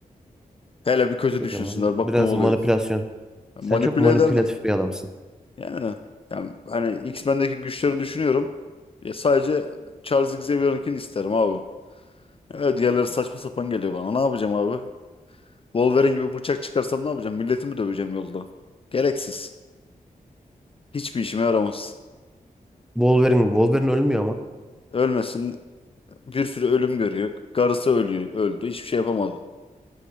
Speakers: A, on the left; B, in the centre.
A: Hele bir kötü
B: Bilmiyorum,
A: düşünsünler.
B: bu
A: Bak
B: biraz
A: ne oluyor.
B: manipülasyon. Sen
A: Manipüle
B: çok manipülatif
A: ederdim.
B: bir adamsın.
A: Yani, yani hani X-Men'deki güçleri düşünüyorum. Ya sadece Charles Xavier'ınkini isterim abi. Evet diğerleri saçma sapan geliyor bana. Ne yapacağım abi? Wolverine gibi bıçak çıkarsam ne yapacağım? Milleti mi döveceğim yolda? Gereksiz. Hiçbir işime yaramaz.
B: Wolverine, Wolverine ölmüyor ama.
A: Ölmesin. Bir sürü ölüm görüyor. Karısı ölüyor. Öldü. Hiçbir şey yapamadı.